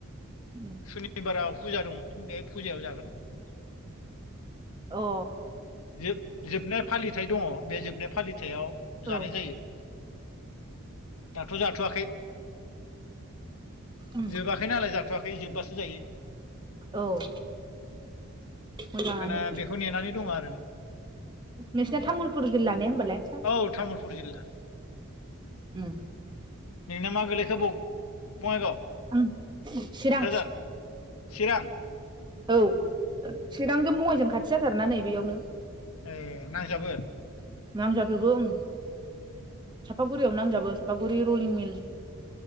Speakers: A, on the right; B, on the left.
A: उम
B: सनिबाराव फुजा दं बे फुजायाव जागोन
A: अ
B: जो जोबनाय फालिथायाइ दङ बे जोबनाय फालिथायाव जानाय
A: औ
B: जायो दाथ' जाथ'वाखै
A: उम
B: जोबाखै नालाय जा जाथ'वाखै जोबबासो जायो
A: औ मोजाङानो
B: बेखायनो बेखौ नेनानै दङ आरो
A: नोंसिना तामुलपुर जिल्ला ने होमबालाय
B: औ तामुलपुर जिल्ला
A: <unintelligible>
B: नोंना मा गोलैखो बुं बङाइगाव
A: आं चिरां
B: क'क्राझार चिरां
A: औ चिरांजों बङाइजों खाथि जाथारना नै बेयावनो
B: ए नांजाबो
A: नांजाजोबो ओं सापागुरियाव नांजाबो सापागुरि रलिं मिल